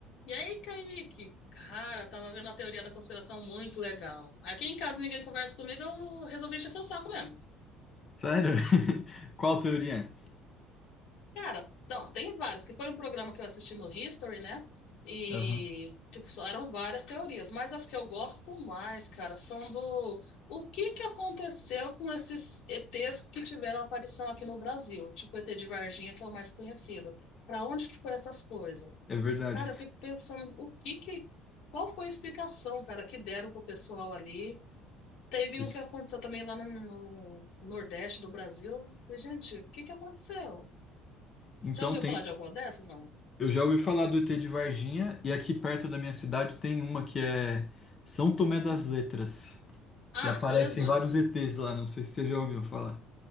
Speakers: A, on the left; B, on the left.
A: E aí, Kaique? Cara, tava vendo a teoria da conspiração muito legal. Aqui em casa ninguém conversa comigo, eu resolvi encher seu saco mesmo.
B: Sério? <laughs> Qual teoria?
A: Cara, não, tem vários, que foi um programa que eu assisti no History, né? E,
B: Aham.
A: tipo, só eram várias teorias, mas as que eu gosto mais, cara, são do o que que aconteceu com esses ETs que tiveram aparição aqui no Brasil, tipo o ET de Varginha, que é o mais conhecido. Pra onde que foi essas coisas?
B: É verdade.
A: Cara, eu fico pensando o que que, qual foi a explicação, cara, que deram pro pessoal ali. Teve
B: Pois-
A: um que aconteceu também lá no, no Nordeste do Brasil. Falei, Gente, o que que aconteceu?
B: Então
A: Já ouviu
B: tem.
A: falar de alguma dessas, não?
B: Eu já ouvi falar do ET de Varginha e aqui perto da minha cidade tem uma que é São Tomé das
A: Hum.
B: Letras,
A: Ah,
B: que aparecem
A: Jesus.
B: vários ETs lá. Não sei se você já ouviu falar.